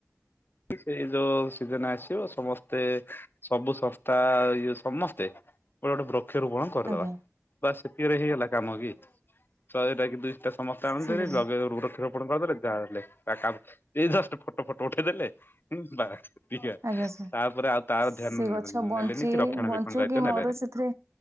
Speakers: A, on the left (about 45°); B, on the right (about 65°).
A: ସେ ଯୋ ସିଜନ ଆସିବ ସମସ୍ତେ ସବୁ ସଂସ୍ତା ଆ ଇ ସମସ୍ତେ ଗୋଟେ ଗୋଟେ ବୃକ୍ଷରୋପଣ କରିଦେବା
B: ଆଜ୍ଞା
A: ଵାସ ସେଥିରେ ହେଇଗଲା
B: ଆଜ୍ଞା
A: କାମ
B: ଆଜ୍ଞା
A: କି ଶହେଟା କି ଦିସଟା ତା ଅନୁଶାରେ
B: ସେଇ କଥା
A: ଲଗେଇ ବୃକ୍ଷରୋପଣ କରିଦେଲେ ଯାହା ହେଲେ ତା କାମ ଏଇ ଜଷ୍ଟ ଫଟ ଫଟୋ ଉଠେଇଦେଲେ ବାସ। ଠିକ୍ ହେ
B: ଆଜ୍ଞା ସାର୍।
A: ତାପରେ ଆଉ ତାର
B: ସେ
A: ଧ୍ୟାନ ନ
B: ଗଛ
A: ନ
B: ବଞ୍ଚି
A: ନେଲେନି କି ରକ୍ଷଣା
B: ବଞ୍ଚୁ
A: ବେକ୍ଷଣ ଦାୟିତ୍ଵ
B: କି ମରୁ
A: ନେଲେନି।
B: ସେଥିରେ